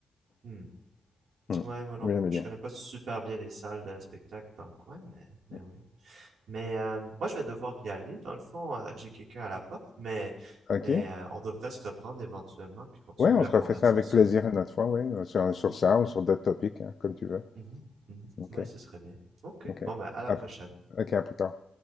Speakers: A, on the right; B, on the left.
A: hmm.
B: Hmm.
A: Ouais, moi non,
B: Mais j'aimais
A: je
B: bien.
A: connais pas super bien les salles de spectacle dans le coin, mais, mais
B: Hmm.
A: oui. Mais euh, moi, je vais devoir y aller. Dans le fond, euh, j'ai quelqu'un à la porte, mais,
B: OK?
A: mais euh, on devrait se reprendre éventuellement puis continuer
B: Ouais, on
A: la
B: se
A: conversation.
B: refait ça avec plaisir une autre fois, ouais. Sur, sur
A: Mhm,
B: ça ou sur d'autres topics, hein, comme tu veux.
A: mhm, mhm.
B: OK,
A: Ouais, ce serait bien. Ok.
B: OK.
A: Bon, ben, à la
B: À-
A: prochaine.
B: OK, à plus tard.